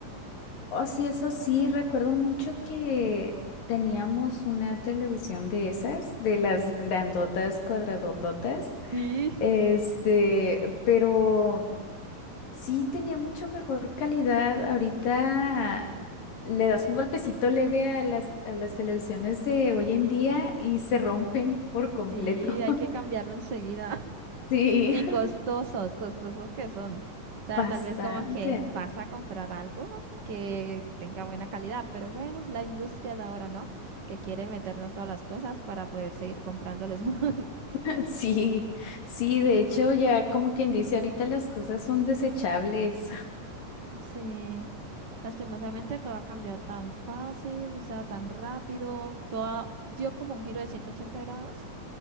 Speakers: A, on the left; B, on the right.
A: Oh, sí, eso sí, recuerdo mucho que teníamos una televisión de esas, de las grandotas, cuadradototas.
B: Sí.
A: Este, pero. Sí, tenía mucho mejor calidad. Ahorita le das un golpecito leve a las, a las televisiones de hoy en día y se rompen por completo.
B: Sí, hay
A: <laughs>
B: que cambiarlo enseguida. <laughs>
A: Sí,
B: Y costosos, costosos que son. O sea,
A: bastante.
B: tal vez como que vas a comprar algo que tenga buena calidad, pero bueno, la industria de ahora no, que quiere meternos todas las cosas para poder seguir comprándoles <laughs>
A: <laughs> Sí, sí, de hecho ya como quien dice, ahorita las cosas son desechables. <laughs>
B: Sí, lastimosamente todo ha cambiado tan fácil, o sea, tan rápido, todo dio como un giro de 180 grados